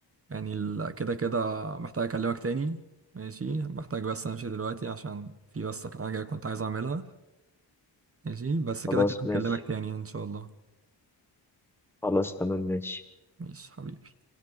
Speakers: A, on the right; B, in the centre.
A: يعني ال- كده كده محتاج اكلمك تاني ماشي محتاج بس امشي دلوقتي عشان في بس حاجة كنت عايز اعملها ماشي بس
B: خلاص
A: كده كده هكلمك
B: ماشي
A: تاني ان شاء الله
B: خلاص تمام ماشي
A: ماشي حبيبي